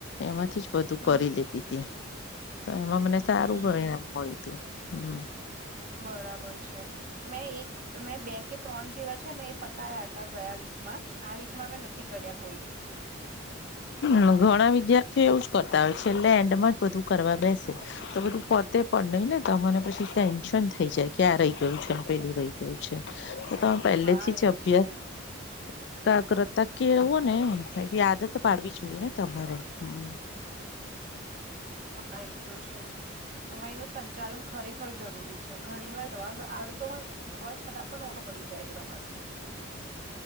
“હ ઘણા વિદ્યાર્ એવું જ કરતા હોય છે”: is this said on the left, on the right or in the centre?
Left